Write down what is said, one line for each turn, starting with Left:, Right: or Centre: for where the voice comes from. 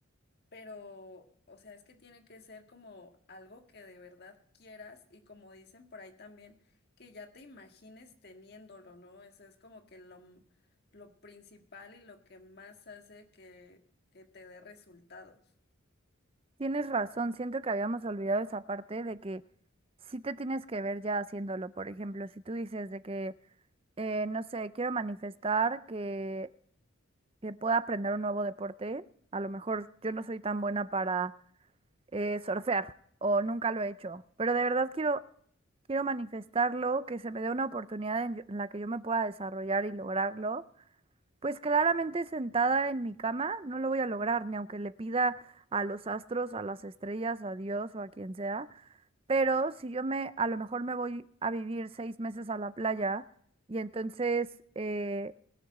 Left: pero, o sea, es que tiene que ser como algo que de verdad quieras y como dicen por ahí también, que ya te imagines teniéndolo, ¿no? Eso es como que lo, m- lo principal y lo que más hace que, que te dé resultados.
Right: Tienes razón, siento que habíamos olvidado esa parte de que sí te tienes que ver ya haciéndolo. Por ejemplo, si tú dices de que, eh, no sé, quiero manifestar que, que pueda aprender un nuevo deporte, a lo mejor yo no soy tan buena para eh, surfear o nunca lo he hecho, pero de verdad quiero, quiero manifestarlo, que se me dé una oportunidad en, yo- en la que yo me pueda desarrollar y lograrlo. Pues claramente sentada en mi cama no lo voy a lograr, ni aunque le pida a los astros, a las estrellas, a Dios o a quien sea, pero si yo me, a lo mejor me voy a vivir seis meses a la playa y entonces eh,